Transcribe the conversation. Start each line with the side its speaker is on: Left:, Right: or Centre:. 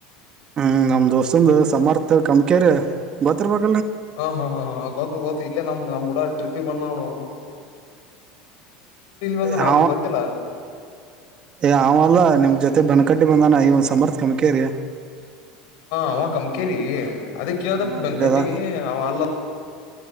Right: ಹ್ಮ್ ನಮ್ ದೋಸ್ತಂಗ ಸಮರ್ಥ ಕಮಕ್ಯರಿ ಗೊತ್ತ ಇರಬೇಕ
Left: ಹಾ ಹಾ ಹಾ ಹಾ ಗೊತ್ತು ಗೊತ್ತು ಇಲ್ಲೇ ನಮ್ ನಮ್ಮ್ಊಡಳ ಟ್ರಿಪಿ ಬಂದ್ ನೋ ಬಂದಾನ
Right: ಹ
Left: ಅವ್ರಿಗೆ ಗೊತ್ತಿಲ್ಲ
Right: ಏ ಅವಲ್ಲಾ ನಿಮ್ ಜೊತೆ ಬನಕಟ್ಟಿ ಬಂದಾನ ಇ ಒ ಸಮರ್ಥಕಮಕ್ಯರಿ
Left: ಅವ ಕಮ್ಕೇರಿ ಅದ ಕೇಳದಪ್ಪ
Right: ಹಾ
Left: ಬೆನ್ಕಟ್ಟಿಗೆ
Right: ಇಲ್ಲದ
Left: ಅವ ಅಲ್ಲ